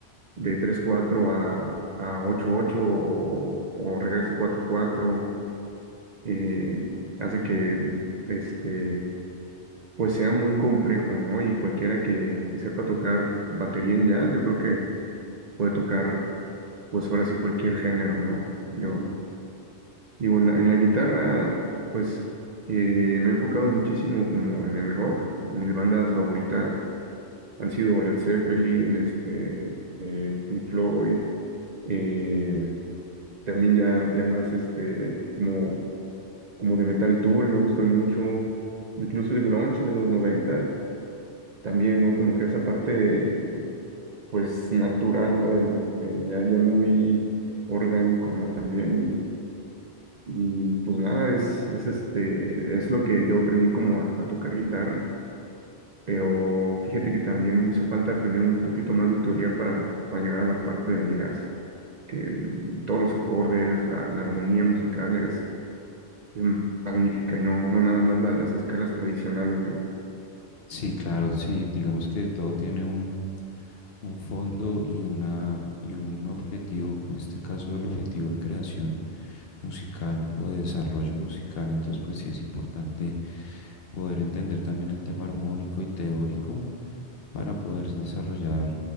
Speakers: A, on the right (about 50°); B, on the left (about 65°).
A: de tres cuatro a, a ocho ocho o, o regresa a 4-4, eh, hace que este, pues sea muy complejo, ¿no? Y cualquiera que, que sepa tocar batería en jazz, yo creo que puede tocar, pues ahora sí cualquier género, ¿no? Yo Digo, en la, en la guitarra, pues eh, me he enfocado muchísimo como en el rock. Mis bandas favoritas han sido Led Zeppelin, este, eh, Pink Floyd, eh, también ya, ya más este, como, como de Metal Tool, me gusta mucho. Incluso el grunge de los noventas, también, ¿no? Como que esa parte, pues, natural, ¿no? De, de- ya, ya muy orgánico, ¿no? También, Y pues nada, es, es este, es lo que yo aprendí como a, a tocar guitarra, pero fíjate que también me hizo falta aprender un poquito más de teoría para, para llegar a la parte del jazz, que el- todos los acordes, la, la armonía musical es, es magnífica y no, no nada más la- las escalas tradicionales, ¿no?
B: Sí, claro, sí, digamos que todo tiene un, un fondo y, una, y un objetivo, en este caso el objetivo de creación musical o de desarrollo musical, entonces pues sí es importante poder entender también el tema armónico y teórico para poder desarrollar